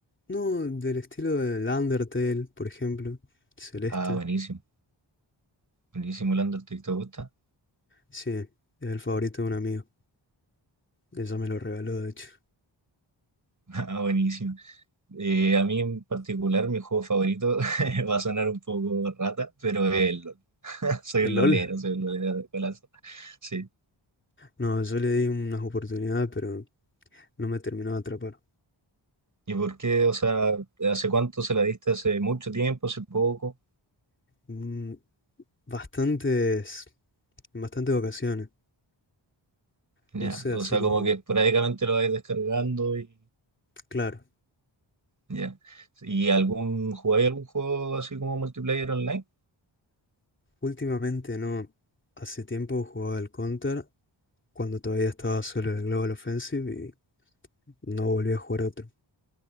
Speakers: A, on the left; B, on the right.
A: No, del estilo del Undertale, por ejemplo. Celeste.
B: Ah, buenísimo. Buenísimo, el Undertale, ¿te gusta?
A: Sí, es el favorito de un amigo. Ella me lo regaló, de hecho.
B: <laughs> Ah, buenísimo. Eh, a mí en particular, mi juego favorito <laughs> va a sonar un poco rata, pero es el LOL. <laughs> Soy
A: ¿El
B: un lolero,
A: LOL?
B: soy un lolero de colazo. Sí.
A: No, yo le di unas oportunidades, pero no me terminó de atrapar.
B: ¿Y por qué? O sea, ¿hace cuánto se la diste? ¿Hace mucho tiempo? ¿Hace poco?
A: Mm, Bastantes, en bastantes ocasiones.
B: Ya.
A: No sé,
B: O
A: hace
B: sea,
A: como...
B: como que esporádicamente lo vais descargando y
A: Claro,
B: ya. ¿Y algún, jugáis algún juego así como multiplayer online?
A: últimamente no. Hace tiempo jugaba al Counter, cuando todavía estaba solo en el Global Offensive y no volví a jugar otro.